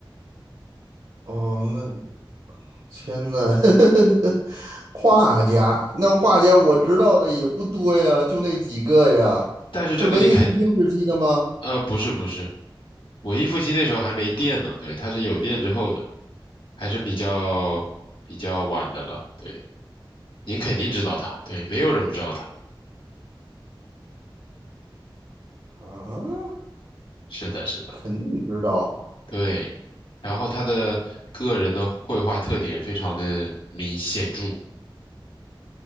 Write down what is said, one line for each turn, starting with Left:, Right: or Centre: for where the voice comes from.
Right: 哦，那。天呐，<laughs> 画家，那画家我知道的也不多呀，就那几个呀。
Left: 但是这个你肯定，
Right: 是文艺复兴时期的吗？
Left: 呃，不是不是，文艺复兴那时候还没电呢，对，它是有电之后的，还是比较比较晚的了，对，您肯定知道它，对，没有人不知道它，
Right: 啊，
Left: 是的，是的，
Right: 肯定知道
Left: 对，然后他的个人的绘画特点非常的明显著，